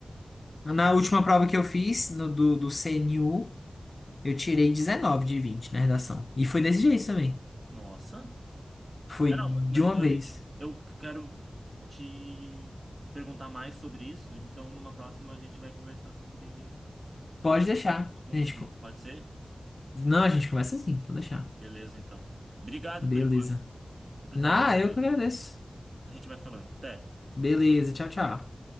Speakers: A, on the left (about 50°); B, on the right (about 45°).
A: Na
B: Uhum.
A: última prova que eu fiz, no, do, do CNU, eu tirei 19 de 20 na redação. E foi desse jeito também.
B: Nossa.
A: Foi
B: É, não,
A: de
B: mas mas
A: uma
B: então
A: vez.
B: a gente, eu quero te perguntar mais sobre isso, então numa próxima a gente vai conversar sobre
A: Pode deixar.
B: dicas de concurso,
A: A gente, co-
B: pode ser?
A: não, a gente começa assim, pode deixar.
B: Beleza, então. Obrigado
A: Beleza.
B: por enquanto. Vou precisar
A: Ah,
B: dar uma
A: eu
B: saída.
A: que agradeço.
B: A gente vai falando. Até.
A: Beleza, tchau, tchau.